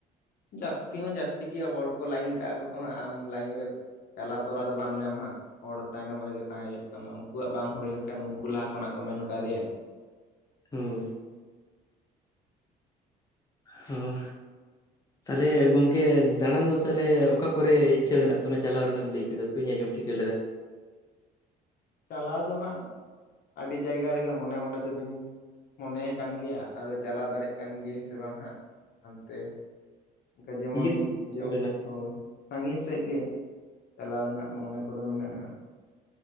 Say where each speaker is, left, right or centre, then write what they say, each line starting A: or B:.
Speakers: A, on the left; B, on the left.
A: ᱡᱟᱹᱥᱛᱤ ᱦᱚᱸ ᱡᱟᱹᱥᱛᱤ ᱜᱮᱭᱟ ᱦᱚᱲ ᱠᱚ ᱞᱟᱭᱤᱱ ᱠᱟᱜᱼᱟ ᱠᱚ ᱛᱚ ᱦᱟᱸᱜ ᱟᱢ ᱞᱟᱭᱤᱱ ᱨᱮᱢ ᱪᱟᱞᱟᱣ ᱛᱚᱨᱟ ᱫᱚ ᱵᱟᱢ ᱧᱟᱢᱟ ᱦᱟᱸᱜ ᱦᱚᱲ ᱛᱟᱭᱱᱚᱢ ᱨᱮᱜᱮ ᱛᱟᱦᱮᱸ ᱦᱳᱭᱳᱜ ᱛᱟᱢᱟ ᱩᱱᱠᱩᱣᱟᱜ ᱵᱟᱝ ᱦᱳᱭ ᱞᱮᱱᱠᱷᱟᱱ ᱩᱱᱠᱩ ᱞᱟᱦᱟ ᱠᱷᱚᱱᱟᱜ ᱠᱚ ᱢᱮᱱ ᱠᱟᱫᱮᱭᱟ
B: ᱦᱩᱸ ᱾ ᱦᱚ ᱾ ᱛᱟᱦᱞᱮ ᱜᱚᱢᱠᱮ, ᱫᱟᱬᱟᱱ ᱫᱚ ᱛᱟᱦᱚᱞᱮ ᱚᱠᱟ ᱠᱚᱨᱮ ᱤᱪᱪᱷᱟᱹ ᱢᱮᱱᱟᱜ ᱛᱟᱢᱟ ᱪᱟᱞᱟᱣ ᱨᱮᱱᱟᱜ ᱮᱢ ᱞᱟᱹᱭ ᱠᱮᱫᱟ? ᱵᱟᱹᱧ ᱟᱸᱡᱚᱢ ᱴᱷᱤᱠᱟᱹ ᱞᱮᱫᱟ!
A: ᱪᱟᱞᱟᱣ ᱫᱚ ᱦᱟᱸᱜ ᱟᱹᱰᱤ ᱡᱟᱭᱜᱟ ᱨᱮᱜᱮ ᱢᱚᱱᱮ ᱢᱚᱱᱮ ᱛᱮᱫᱚᱧ ᱢᱚᱱᱮᱭ ᱠᱟᱱ ᱜᱮᱭᱟ ᱟᱫᱚ ᱪᱟᱞᱟᱣ ᱫᱟᱲᱮᱜ ᱠᱟᱱ ᱜᱤᱭᱟᱹᱧ ᱥᱮ ᱵᱟᱝ ᱦᱟᱸᱜ ᱦᱟᱱᱛᱮ ᱾ ᱚᱝᱠᱟ ᱡᱮᱢᱚᱱ
B: ᱤᱭᱟᱹ ᱫᱚᱵᱤᱱ ᱪᱟᱞᱟᱣ
A: ᱡᱚ,
B: ᱞᱮᱱᱟ
A: ᱦᱳᱭ! ᱥᱟᱺᱜᱤᱧ ᱥᱮᱜ ᱜᱮ ᱪᱟᱞᱟᱣ ᱨᱮᱱᱟᱜ ᱢᱚᱱᱮ ᱠᱚᱫᱚ ᱢᱮᱱᱟᱜᱼᱟ ᱦᱟᱸᱜ